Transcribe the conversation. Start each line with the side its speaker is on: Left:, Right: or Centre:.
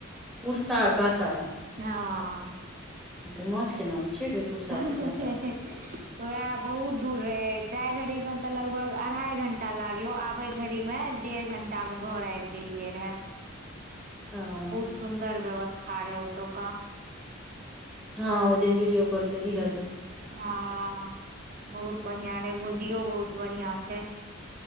Centre: उर्सा काँटा
Right: हाँ
Centre: ऽ माछ क नाम छियै गे कुर्सा
Right: हे
Centre: के काँटा
Right: हे हे है उएह बहुत दूर ह जाय घड़ी मे ते लगभग अढ़ाई घंटा लागलो आबे घड़ी में डेढ़ घंटा में घर आब गेली गे लिए रहै
Centre: <inaudible> हँ
Right: बहुत सुन्दर व्यवस्था रहै ओतौका
Centre: हाँ ओ दिन वीडियो कॉल करी रहे
Right: हाँ बहुत बढ़ियां रहे भुजियो बहुत बढ़ियां छै